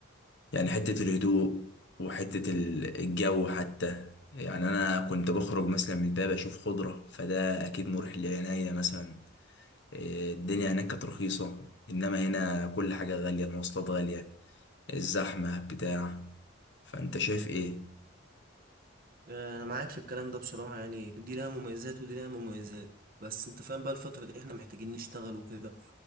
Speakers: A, on the left; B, on the right.
A: يعني حتة الهدوء وحتة ال- الجو حتى يعني أنا كنت بخرج مثلا من الباب أشوف خضرة فده أكيد مريح لعينيا مثلا إيه، الدنيا هناك كانت رخيصة إنما هنا كل حاجة غالية المواصلات غالية الزحمة بتاع فأنت شايف إيه؟
B: آه، انا معاك في الكلام ده بصراحة يعني دي لها مميزات ودي لها مميزات بس انت فاهم بقى الفترة دي احنا محتاجين نشتغل وكده